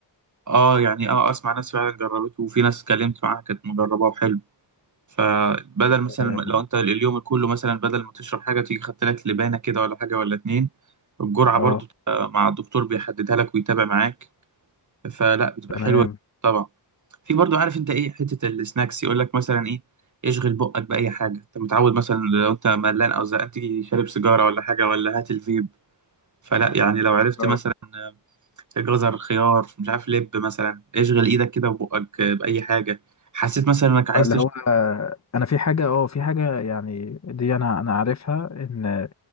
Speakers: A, on the right; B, on the left.
A: اه يعني اه اسمع ناس فعلا جربته وفي ناس اتكلمت معاها كانت مجرباه وحلو فبدل مثلا
B: آم،
A: ما- لو انت اليوم كله مثلا بدل ما تشرب حاجة تيجي خدت لك لبانة كده ولا حاجة ولا اتنين الجرعة
B: اه
A: برضو تبقى مع الدكتور بيحددها لك ويتابع معاك فلا بتبقى
B: تمام
A: حلوه طبعا في برضو عارف انت ايه حته السناكس يقول لك مثلا ايه اشغل بقك باي حاجه انت متعود مثلا لو انت ملان او زهقان تيجي شارب سيجاره ولا حاجه ولا هات الفيب فلا يعني لو عرفت
B: اه
A: مثلا جزر خيار مش عارف لب مثلا اشغل ايدك كده وبقك باي حاجه حسيت مثلا انك عايز
B: اللي
A: تشرب
B: هو آه، انا في حاجه اه في حاجه يعني دي انا انا عارفها ان